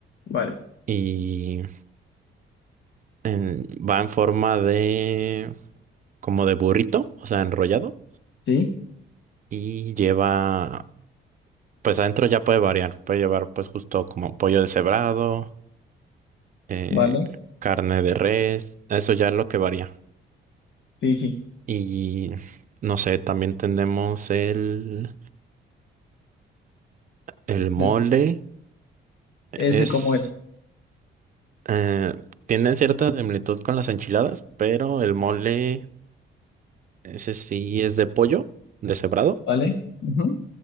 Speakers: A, on the left (about 65°); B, on the right (about 40°).
A: Vale.
B: Y en- va en forma de, como de burrito, o sea, enrollado.
A: Sí,
B: y lleva, pues adentro ya puede variar, puede llevar pues justo como pollo deshebrado, eh,
A: vale.
B: carne de res, eso ya es lo que varía.
A: Sí, sí.
B: Y no sé, también tenemos el, el mole,
A: E- Ese
B: es,
A: como es.
B: eh, tiene cierta similitud con las enchiladas, pero el mole, ese sí es de pollo deshebrado
A: Vale. Ujú.